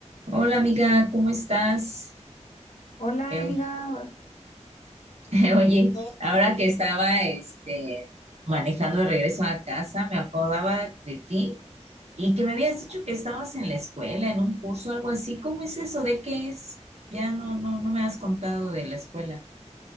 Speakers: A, on the right (about 60°); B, on the left (about 80°).
A: Hola amiga, ¿cómo estás?
B: Hola
A: Eh,
B: amiga.
A: <laughs> oye,
B: ¿Todo
A: ahora
B: bien?
A: que estaba este, manejando de regreso a casa, me acordaba de ti y que me habías dicho que estabas en la escuela, en un curso, algo así. ¿Cómo es eso? ¿De qué es? Ya no, no, no me has contado de la escuela.